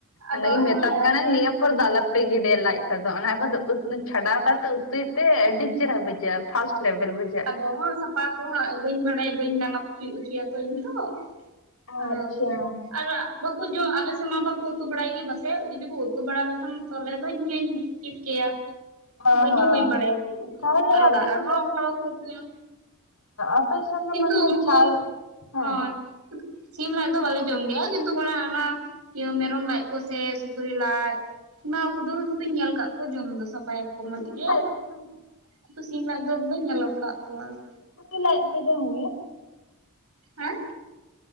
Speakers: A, on the right; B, on the left.
A: ᱟᱫᱚ
B: ᱚᱱᱟᱜᱤᱧ
A: ᱦᱚᱸᱜᱼᱚᱭ
B: ᱢᱮᱛᱟᱢ
A: ᱟᱹᱰᱤ
B: ᱠᱟᱱᱟ ᱱᱤᱭᱟᱹ ᱮᱨᱯᱚᱨ ᱫᱚ ᱟᱞᱚ ᱯᱮ ᱜᱤᱰᱭᱟ ᱞᱟᱡ ᱠᱚᱫᱚ ᱚᱱᱟ ᱠᱚᱫᱚ ᱪᱷᱟᱰᱟᱣ ᱠᱟᱛᱮ ᱩᱛᱩᱭ ᱛᱮ ᱟᱹᱰᱤ ᱪᱮᱦᱨᱟ ᱵᱩᱡᱷᱟᱹ ᱡᱷᱟᱹᱜ-ᱟ ᱯᱷᱟᱥᱴ ᱞᱮᱵᱮᱞ ᱵᱩ
A: ᱟᱫᱚ ᱦᱟᱸᱜ ᱥᱟᱯᱷᱟ ᱠᱚ ᱦᱟᱸᱜ ᱵᱟᱹᱧ ᱵᱟᱲᱟᱭ ᱵᱟᱹᱧ ᱵᱟᱲᱟᱭ ᱵᱟᱹᱧ ᱜᱟᱱ ᱚᱪᱚ ᱦᱚᱪᱚᱭᱟ ᱛᱚ ᱤᱧ ᱫᱚ ᱾ ᱦᱮᱞᱳ
B: ᱟᱪᱪᱷᱟ
A: ᱾ ᱟᱨ ᱵᱟᱹᱠᱚ ᱡᱚᱢ ᱟᱸᱞᱮ ᱥᱮᱫ ᱢᱟ ᱵᱟᱹᱠᱚ ᱩᱛᱩ ᱵᱟᱲᱟᱭ ᱜᱮ ᱯᱟᱥᱮᱫ ᱡᱩᱫᱤ ᱠᱚ ᱩᱛᱩ ᱵᱟᱲᱟ ᱞᱮᱹᱠᱷᱟᱱ ᱛᱟᱞᱦᱮ ᱫᱚ ᱤᱧ ᱦᱚᱧ ᱪᱮᱫ ᱠᱮᱭᱟ ᱾
B: ᱚ
A: ᱵᱟᱹᱧ
B: ᱦᱚᱸ
A: ᱦᱚ ᱵᱟᱹᱧ ᱵᱟᱲᱟᱭᱟ ᱛᱚ
B: ᱛᱟᱦᱚᱞᱮ
A: ᱟᱨ
B: ᱟᱯᱮ
A: ᱚᱲᱟᱜ ᱨᱮᱦᱚᱸ
B: ᱥᱮᱱ ᱫᱚ
A: ᱩᱛᱩ ᱦᱚᱸ ᱵᱟᱠᱚ ᱩᱛᱩᱭᱟ
B: ᱟᱯᱮ ᱥᱮᱱ
A: ᱠᱤᱱᱛᱩ
B: ᱫᱚ ᱢᱚᱱᱮ ᱦᱚᱭ
A: ᱩᱱᱹᱠᱩ
B: ᱪᱷᱟᱞ ᱦᱮᱸ
A: ᱦᱳᱭ ᱾ ᱥᱤᱢ ᱞᱟᱡ ᱫᱚ ᱵᱟᱞᱮ ᱡᱚᱢ ᱜᱮᱹᱭᱟ ᱠᱤᱱᱛᱩᱠ ᱚᱱᱟ ᱚᱱᱟ ᱤᱭᱟᱹ ᱢᱮᱨᱚᱢ ᱞᱟᱡ ᱠᱚᱸᱥᱮ, ᱥᱩᱠᱨᱤ ᱞᱟᱡ ᱚᱱᱟ ᱠᱚᱫᱚ ᱠᱩᱫᱚᱧ ᱧᱮᱞ ᱟᱠᱟᱫ ᱠᱚᱣᱟ ᱡᱚᱢ ᱫᱚ ᱥᱟᱯᱷᱟᱭᱟᱠᱚ
B: ᱥᱩᱠᱨᱤ
A: ᱢᱚᱸᱡᱽ ᱜᱮ,
B: ᱞᱟᱡ ᱯᱮ ᱡᱚᱢ
A: ᱠᱤᱱᱛᱩ ᱥᱤᱢ ᱞᱟᱡ ᱫᱚ ᱵᱟᱹᱧ ᱧᱮᱞ ᱟᱠᱟᱜ ᱠᱚᱣᱟ ᱾
B: ᱥᱩᱠᱨᱤ‌ ᱞᱟᱡ ᱯᱮ ᱡᱚᱢ ᱜᱮᱭᱟ?
A: ᱦᱮᱸᱜ?